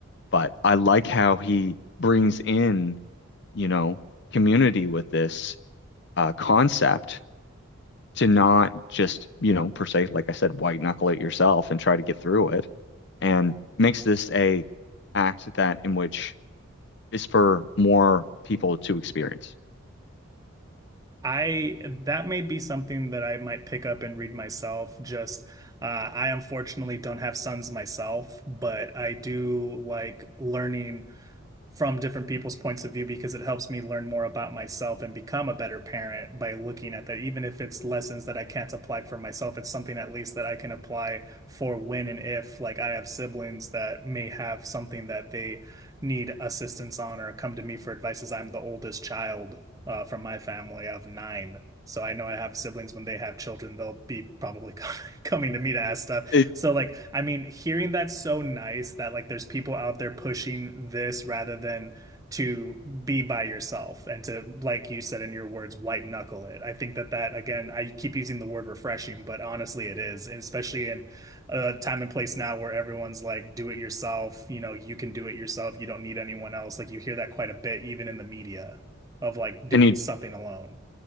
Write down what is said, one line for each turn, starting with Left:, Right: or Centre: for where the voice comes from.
Left: But I like how he brings in, you know, community with this uh, concept to not just, you know, per se, like I said, white knuckle it yourself and try to get through it, and makes this a act that in which is for more people to experience.
Right: I that may be something that I might pick up and read myself. Just uh, I unfortunately don't have sons myself, but I do like learning from different people's points of view because it helps me learn more about myself and become a better parent by looking at that. Even if it's lessons that I can't apply for myself, it's something at least that I can apply for when and if, like, I have siblings that may have something that they need assistance on or come to me for advice as I'm the oldest child uh, from my family of nine. So I know I have siblings when they have children, they'll be probably <laughs> coming to me to ask stuff.
Left: It,
Right: So like I mean hearing that's so nice that like there's people out there pushing this rather than to be by yourself and to like you said in your words white knuckle it. I think that that again I keep using the word refreshing but honestly it is and especially in a time and place now where everyone's like do it yourself, you know, you can do it yourself, you don't need anyone else. Like you hear that quite a bit even in the media of like doing
Left: and he
Right: something alone.